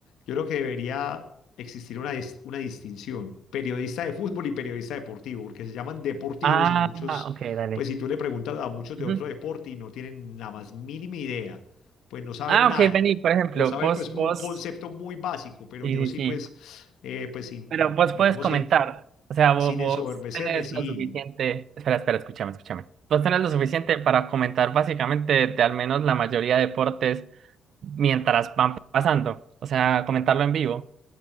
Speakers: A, on the left (about 80°); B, on the right (about 65°).
A: yo creo que debería existir una, dis- una distinción, periodista de fútbol y periodista deportivo, porque se llaman deportivos
B: Ah,
A: y muchos,
B: ok, dale.
A: pues si tú le preguntas a muchos de
B: Ujú.
A: otro deporte y no tienen la más mínima idea, pues no saben
B: Ah,
A: nada.
B: ok, vení, por ejemplo,
A: O saben
B: vos,
A: pues
B: vos,
A: como un concepto muy básico, pero
B: sí,
A: yo sí
B: sí, sí,
A: pues, eh, pues sin,
B: pero vos
A: digamos,
B: puedes comentar,
A: sin,
B: o sea, vos,
A: sin
B: vos
A: ensoberbecerme,
B: tenés
A: sí,
B: lo suficiente, espera, espera, escúchame, escúchame. Vos tenés lo
A: sí.
B: suficiente para comentar básicamente de al menos la mayoría de deportes mientras van pasando, o sea, comentarlo en vivo.